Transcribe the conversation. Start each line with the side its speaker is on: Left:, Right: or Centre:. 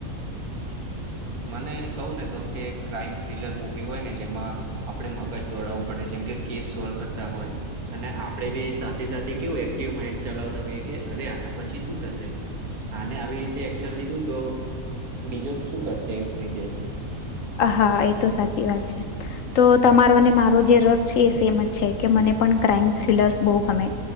Right: મને કહું ને તો કે ક્રાઈમ થ્રીલર મુવી હોય ને જેમાં આપડે મગજ દોડાવવું પડે કે કેસ સોલ્વ કરતા હોય. અને આપડે બી સાથે સાથે કેવું એકટીવ માઈન્ડ ચલાવતા હોઈએ કે અરે આના પછી શું થશે? આને આવી રીતે એક્શન લીધું તો બીજો શું કરશે એવી રીતે.
Left: હા એ તો સાચી વાત છે. તો તમારો અને મારો જે રસ છે, એ સેમ જ છે, કે મને પણ ક્રાાઈમ થ્રીલર્સ બો ગમે